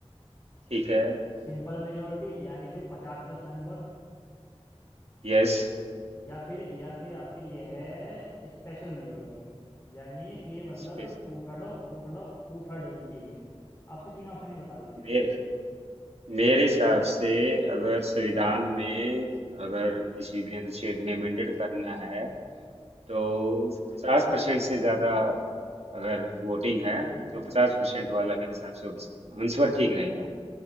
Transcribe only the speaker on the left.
सिंपल मेजोरिटी यानी सिर्फ पचास प्लस मेंबर
या फिर या फिर आपके ये है स्पेशल मेजोरिटी यानी कि मतलब
two third Two third two third यही है आपसे तीन ऑप्शन ही बता दीजिए
हम्म